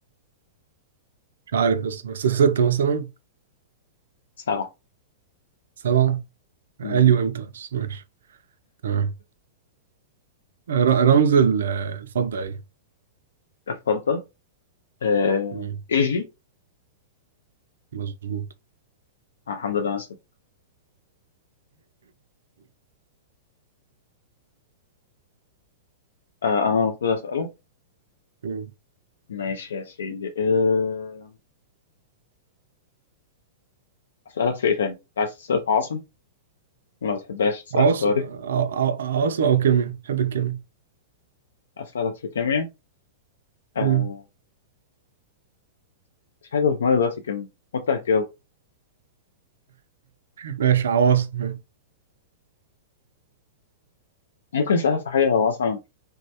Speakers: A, on the right; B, on the left.
A: مش عارف بس بس سته مثلا
B: سبعة
A: سبعه قال
B: مم.
A: لي وامتى بس ماشي تمام آه، ر- رمز ال- الفضه ايه
B: اتفضل آه،
A: مم.
B: ايجي
A: مظبوط
B: آه، الحمد لله انا سبت. آه، انا المفروض اسألك
A: مم.
B: ماشي يا سيدي آه، اسألك في ايه تاني؟ أنت عايز تسأل في عاصم؟ ما بتحبهاش تسألك
A: عواصم
B: في تاريخ
A: ع- ع- عواصم او كيمياء بحب الكيمياء
B: اسألك في كيمياء آه،
A: مم.
B: مفيش حاجة في دماغي دلوقتي كيمياء وانت هتجاوب
A: ماشي عواصم
B: ممكن اسألك في حاجة هو مثلا